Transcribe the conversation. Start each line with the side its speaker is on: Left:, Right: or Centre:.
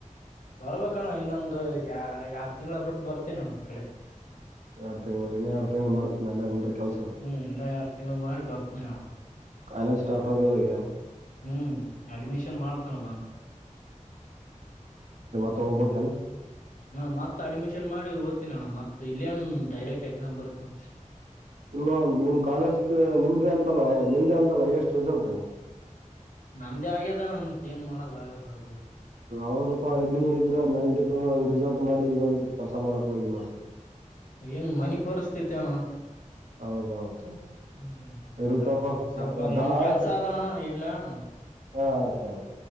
Left: ಬರ್ಬೇಕಣ್ಣ ಇನ್ನೊಂದು ಯ ಎರಡ್ ತಿಂಗಳ ಬಿಟ್ಟು ಬರ್ತಿನ ಅಣ್ಣ ಆ ಕಡೆ.
Right: ಎರಡು ತಿಂಗಳು ನೋಡಿ ಇನ್ನ ಎರಡು ತಿಂಗಳ ಮಾಡ್ತಿ ಅಲ್ಲೇ ಕೆಲ್ಸಾ?
Left: ಹ್ಮ್ ಇನ್ನ ಎರಡ್ ತಿಂಗಳ ಮಾಡಿ ಬರ್ತೇನಣ
Right: ಕಾಲೇಜ್ ಸ್ಟಾರ್ಟ್ ಆಗೋವರ್ಗೆ.
Left: ಹ್ಮ್. ಅಡ್ಮಿಷನ್ ಮಾಡ್ತಣ ಬಂದ.
Right: <unintelligible> ಹೋಗ್ಬೇಕನ?
Left: ಹಾ ಮತ್ತ ಅಡ್ಮಿಷನ್ ಮಾಡಿ ಹೋಗ್ತೀನಿ ಅಣ್ಣ ಮತ್ತ ಇಲ್ಲೇನ್ ಡೈರೆಕ್ಟ್ ಎಕ್ಸಾಮ್ ಬರತನ.
Right: ಇಲ್ಲ ನಿಮ್ಮ ಕಾಲೇಜಕ ನಿಮ್ದ ಅಂತ, ಅಲ್ಲ ನಿಂದೆ ಅಂತಲ್ಲ ಹೈಯೆಸ್ಟ್ ರಿಸಲ್ಟ್.
Left: ನಮ್ದೇ ಆಗ್ಯದ ಮತ್ ಏನ್ ಮಾಡೋದ ಆಗಲ್ಲ ಅದು.
Right: ಹೌದಪ್ಪಾ ನಿ ಇದ್ರ ನೈಂಟಿ ಟೂ ಹಂಗ ರಿಸಲ್ಟ್ ಮಾಡಿ ಇವಾಗ ಇದ್ರ ಕೆಲ್ಸಾ ಮಾಡಕ್ ಹೋಗಿ ನೋಡ.
Left: ಏನ್ ಮನಿ ಪರಿಸ್ಥಿತಿ ಅಣ್ಣ.
Right: ಹೌದೌದು.
Left: ಹ್ಮ
Right: ಇರ್ಲಿ
Left: ಸರಿ
Right: ತೋಪ
Left: ಸರಿ ಸ್ವಲ್ಪ
Right: ಮತ್ತ
Left: ನಮ್
Right: ಬಾಳ್
Left: ಕೆಲ್ಸ
Right: ಕಡೆ
Left: ಅದಣ ಇಡ್ಲ್ಯಾ ಅಣ್ಣ?
Right: ಹಾ ಆಯ್ತಾಯ್ತು.